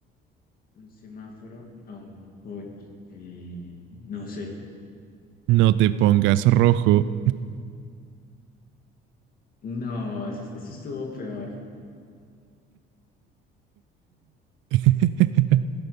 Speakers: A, on the left; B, on the right.
A: un semáforo a un coche. No sé.
B: No te pongas rojo.
A: No, eso, eso estuvo peor.
B: <laughs>